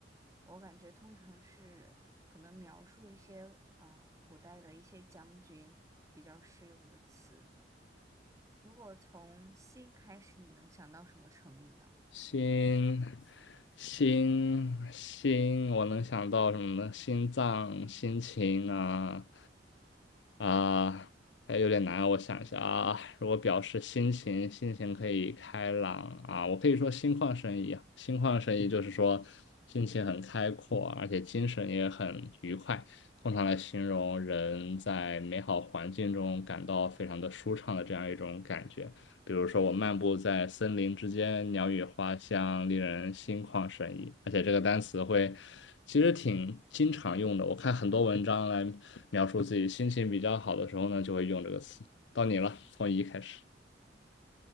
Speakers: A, on the right; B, on the left.
A: 我感觉通常是可能描述一些呃古代的一些将军比较适用的词。如果从“心”开始，你能想到什么成语呢？
B: 心，心，心，我能想到什么呢？心脏、心情啊啊，还有点难啊，我想一下啊。如果表示心情，心情可以开朗啊，我可以说心旷神怡啊心旷神怡就是说心情很开阔，而且精神也很愉快，通常来形容人在美好环境中感到非常的舒畅的这样一种感觉。比如说，我漫步在森林之间，鸟语花香，令人心旷神怡。而且这个单词会其实挺经常用的，我看很多文章来描述自己心情比较好的时候呢，就会用这个词。到你了，从一开始。